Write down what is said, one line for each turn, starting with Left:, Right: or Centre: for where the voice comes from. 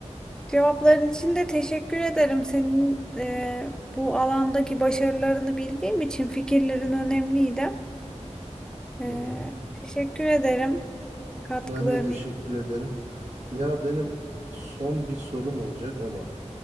Centre: cevapların için de teşekkür ederim. Senin e, bu alandaki başarılarını bildiğim için fikirlerin önemliydi. Ee,
Right: hı hı.
Centre: teşekkür ederim katkıların
Right: Ben de teşekkür
Centre: için.
Right: ederim. Ya benim son bir sorum olacak ama